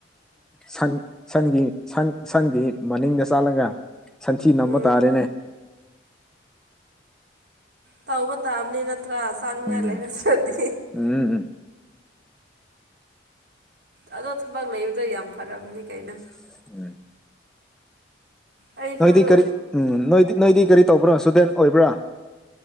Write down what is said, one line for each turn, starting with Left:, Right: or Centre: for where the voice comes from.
Centre: ꯁꯡ ꯁꯟꯒꯤ ꯁꯟ ꯁꯟꯒꯤ ꯃꯅꯤꯡꯗ ꯆꯥꯂꯒ ꯁꯟꯊꯤ ꯅꯝꯕ
Right: ꯎꯝ
Centre: ꯇꯥꯔꯦꯅꯦ
Right: ꯇꯧꯕ ꯇꯥꯕꯅꯤ ꯅꯠꯇ꯭ꯔ ꯆꯅꯉꯥꯏ
Centre: ꯎꯝ
Right: ꯂꯩ ꯔꯛꯇ꯭ꯔꯗꯤ
Centre: ꯎꯝ ꯎꯝ
Right: ꯑꯗꯣ ꯊꯕꯛ ꯂꯩꯕꯗꯣ ꯌꯥꯝ ꯐꯔꯕꯅꯤ ꯀꯩꯅꯣ
Centre: <inaudible>
Right: ꯑꯩꯁꯨ
Centre: ꯅꯣꯏꯗꯤ ꯀꯔꯤ ꯎꯝ ꯅꯣꯏꯗꯤ ꯅꯣꯏꯗꯤ ꯀꯔꯤ ꯇꯧꯕ꯭ꯔꯣ ꯁꯨꯗꯦꯟ ꯑꯣꯏꯕ꯭ꯔꯥ